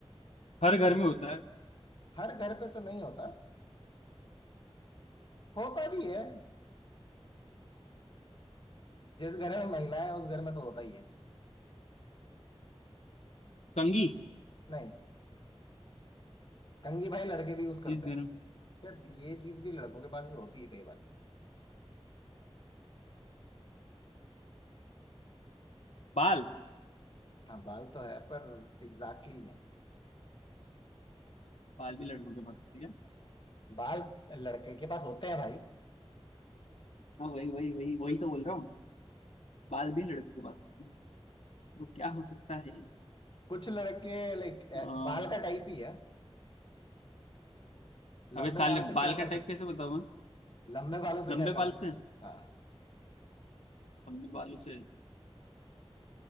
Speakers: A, on the left; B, on the left.
A: हर
B: वो
A: घर में होता है
B: हर घर पे तो नहीं होता होता भी है जिस घर में महिला है उस घर में तो होता ही है
A: कंघी
B: नहीं कंघी भाई लड़के भी यूज करते
A: जिस घर
B: हैं
A: में
B: यार ये चीज भी लड़कों के पास भी होती है कई बार
A: बाल
B: हाँ बाल तो है पर एग्जैक्टली नहीं
A: बाल भी लड़कों के पास होती है
B: बाल लड़के के पास होते हैं भाई
A: हाँ वही वही वही वही तो बोल रहा हूँ बाल भी लड़कों के पास होते हैं तो क्या हो सकता है ये?
B: कुछ लड़के लाइक
A: आ,
B: बाल का टाइप ही है
A: अबे
B: लंबे
A: साले
B: बाल से
A: बाल
B: क्या
A: का
B: कर
A: टाइप
B: सकते
A: कैसे
B: हैं
A: बताऊं मैं
B: लंबे बालों से
A: लंबे
B: क्या कर
A: बाल
B: सकते
A: से
B: हैं हाँ
A: लंबे बालों से